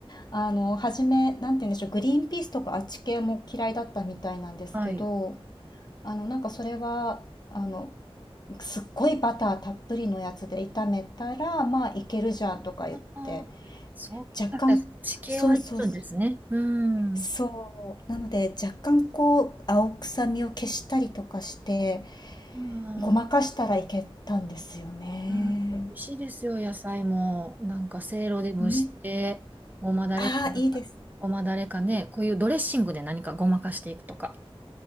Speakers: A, on the left; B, on the right.
A: あの、初め、なんて言うんでしょう、グリーンピースとかあっち系も嫌いだったみたいなんですけど、
B: はい。
A: あの、なんかそれは、あの、すっごいバターたっぷりのやつで炒めたら、まあいけるじゃんとか言って、
B: ああ、そうか、
A: 若干、
B: じゃあ地形はいけるんですね。
A: そうそうそう、
B: うん。
A: そう、なので若干こう、青臭みを消したりとかして、
B: ああ、
A: ごまかしたらいけたんですよね。
B: うん、美味しいですよ、野菜も。なんか、せいろで蒸して、
A: ね。
B: ごまだれか、
A: ああ、いいです。
B: ごまだれかね、こういうドレッシングで何かごまかしていくとか。